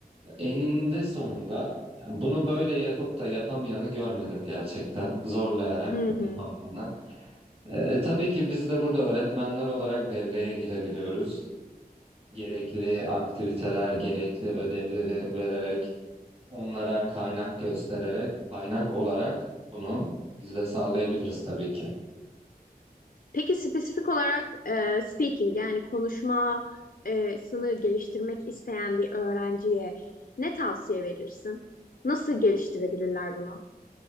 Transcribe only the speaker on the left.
Hı hı.
Peki spesifik olarak e, speaking yani konuşmasını geliştirmek isteyen bir öğrenciye ne tavsiye verirsin? Nasıl geliştirebilirler bunu?